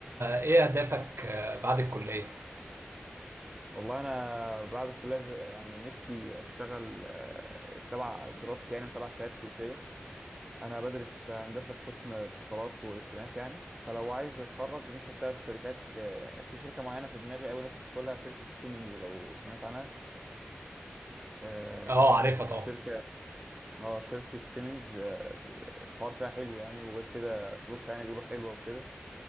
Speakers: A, on the right; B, on the right.
A: إيه أهدافك آه، بعد الكلية؟
B: والله انا بعد الكليه يعني نفسي اشتغل آه، تبع دراستي يعني وتبع شهادتي وكده انا بدرس هندسه في قسم اتصالات والكترونيات يعني فلو عايز اتخرج نفسي اشتغل في شركات آه، في شركه معينه في دماغي قوي نفسي ادخلها شركه سيمنز لو سمعت عنها آه،
A: أه عارفها طبعا
B: شركه اه شركه سيمنز آه، الحوار فيها حلو يعني وغير كده فلوسها يعني بيقولوا حلوه وكده